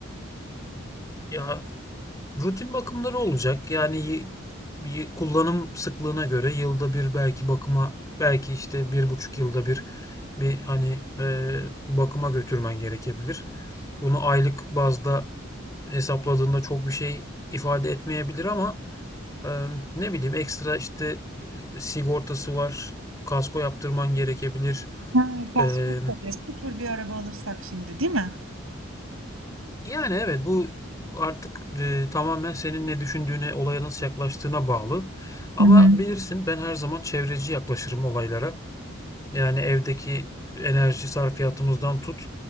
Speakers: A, on the left; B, on the right.
A: Ya rutin bakımları olacak. Yani y- y- kullanım sıklığına göre yılda bir belki bakıma belki işte bir buçuk yılda bir bir hani e, bakıma götürmen gerekebilir. Bunu aylık bazda hesapladığında çok bir şey ifade etmeyebilir ama Eee, ne bileyim ekstra işte e, sigortası var. Kasko yaptırman gerekebilir.
B: Ha, kasko
A: Eee,
B: tabii. Sıfır bir araba alırsak şimdi, değil mi?
A: yani evet bu artık e, tamamen senin ne düşündüğüne, olaya nasıl yaklaştığına bağlı. Ama
B: Hı hı.
A: bilirsin ben her zaman çevreci yaklaşırım olaylara. Yani evdeki enerji sarfiyatımızdan tut